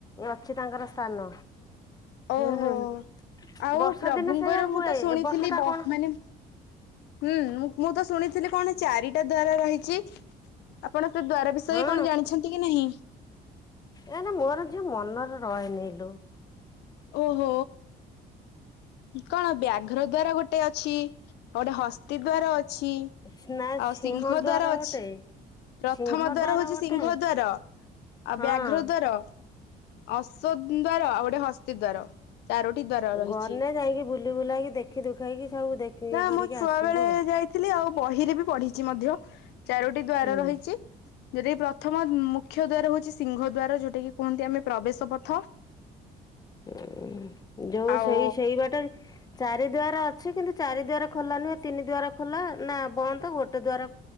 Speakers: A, on the left; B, on the left.
A: ଅଛି ତାଙ୍କର ସ୍ଥାନ।
B: ଓହୋ
A: ହୁଁ
B: ଆଉ
A: ବର୍ଷ
B: ପ୍ରଭୁଙ୍କର
A: ଦିନେ ସେଇଆ ହୁଏ
B: ମୁଁ ତ ଶୁଣିଥିଲି
A: ଏ ବର୍ଷ ଟା
B: ବ
A: କଣ।
B: ମାନେ ହୁଁ ମୁଁ ମୁଁ ତ ଶୁଣିଥିଲି କଣ ଚାରିଟା ଦ୍ଵାର ରହିଛି। ଆପଣ ସେ ଦ୍ୱାର ବିଷୟରେ
A: ହଁ
B: କଣ ଜାଣିଛନ୍ତି କି ନାହିଁ।
A: ଏ ରେ ମୋର ଝିଅ ମନରେ ରହେନି ଲୋ।
B: ଓହୋ କଣ ବ୍ୟାଘ୍ର ଦ୍ଵାର ଗୋଟେ ଅଛି। ଗୋଟେ ହସ୍ତି ଦ୍ୱାର ଅଛି
A: ନା
B: ଆଉ
A: ସିଂହ
B: ସିଂଘ ଦ୍ୱାର ଅଛି।
A: ଗୋଟେ
B: ପ୍ରଥମ
A: ସିଂହ
B: ଦ୍ୱାର ହଉଛି
A: ଗୋଟେ
B: ସିଂଘ ଦ୍ୱାର ଆଉ
A: ହଁ
B: ବ୍ୟାଘ୍ର ଦ୍ୱାର। ଅଶ୍ୱ ଦ୍ୱାର ଆଉ ଗୋଟେ ହସ୍ତି ଦ୍ୱାର ଚାରୋଟି ଦ୍ଵାର ରହିଛି।
A: ଗନେ ଯାଇକି ବୁଲି ବୁଲାକି ଦେଖି ଦୁଖାକି ସବୁ ଦେଖି
B: ନା
A: ଇଏ କରିକି
B: ମୁଁ ଛୁଆ
A: ଆସିବୁ
B: ବେଳେ
A: ଆଉ।
B: ଯାଇଥିଲି ଆଉ ବହିରେ ବି ପଢିି ଚି ମଧ୍ୟ ଚାରୋଟି ଦ୍ଵାର
A: ହୁଁ
B: ରହିଛି। ଯଉଟା କି ପ୍ରଥମ ମୁଖ୍ୟ ଦ୍ଵାର ହଉଛି ସିଂଘ ଦ୍ୱାର ଯୋଉଟା କି କୁହନ୍ତି ଆମେ। ପ୍ରବେଶ ପଥ
A: ଉଁ ଯୋଉ
B: ଆଉ
A: ସେଇ ସେଇ ବାଟରେ ଚାରି ଦ୍ୱାର ଅଛି କିନ୍ତୁ ଚାରି ଦ୍ୱାର ଖୋଲା ନୁହେଁ ତିନି ଦ୍ୱାର ଖୋଲା ନା ବନ୍ଦ ଗୋଟେ ଦ୍ୱାର।